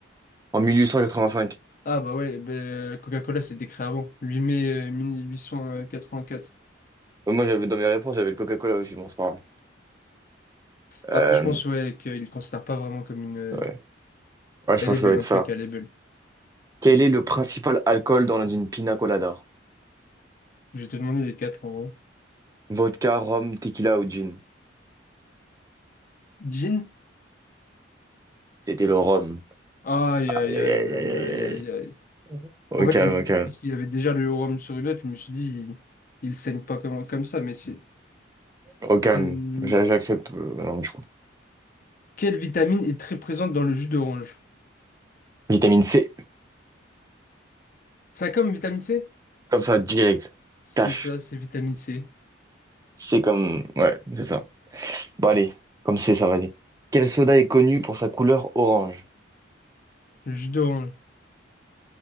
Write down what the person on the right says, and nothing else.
En 1885.
Bah, Moi, j'avais dans mes réponses, j'avais le Coca-Cola aussi, bon, c'est pas grave. Euh,
ouais. Ouais, je
pense
que
ça doit être
ça.
Quel est le principal alcool dans une pina colada?
Vodka, rhum, tequila ou gin?
C'était le rhum.
Aïe, aïe,
aïe,
aïe, aïe.
aïe.
Au
calme,
au calme.
Au calme.
J'a- J'accepte. euh, non, je crois.
Vitamine C.
Comme ça, direct.
Cash.
C'est comme. Ouais, c'est ça. Bon, allez. Comme c'est, ça va aller. Quel soda est connu pour sa couleur orange?